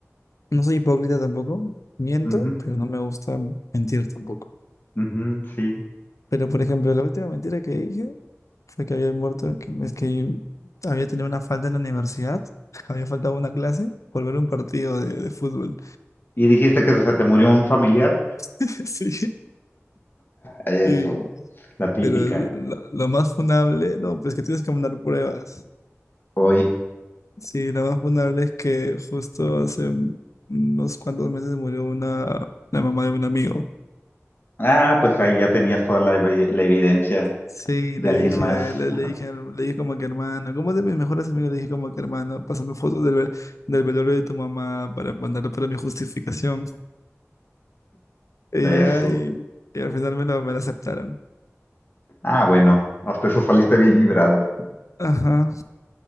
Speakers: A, on the left; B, on the left.
A: No soy hipócrita tampoco, miento,
B: ujú,
A: pero no me gusta mentir tampoco.
B: ujú, sí.
A: Pero, por ejemplo, la última mentira que dije fue que había muerto, que, es que había tenido una falta en la universidad, <laughs> había faltado una clase por ver un partido de, de fútbol.
B: ¿Y dijiste que se te murió un familiar?
A: <laughs> Sí,
B: Ay, Eso,
A: y-
B: la típica.
A: pero lo, lo más funable, no, pues que tienes que mandar pruebas.
B: Hoy.
A: Sí, lo más funable es que justo hace unos cuantos meses murió una, la mamá de un amigo.
B: Ah, pues ahí ya tenías toda la, evi- la evidencia
A: Sí,
B: de
A: le
B: alguien
A: dije
B: más
A: a él, le le dije, al- le dije como que hermano, como de mis mejores amigos, le dije como que hermano, pásame fotos del, ve- del velorio de tu mamá para mandarlo para mi justificación. Y
B: de
A: ya,
B: eso.
A: y, y al final me lo, me lo aceptaron.
B: Ah, bueno, hasta eso saliste bien librado.
A: Ajá.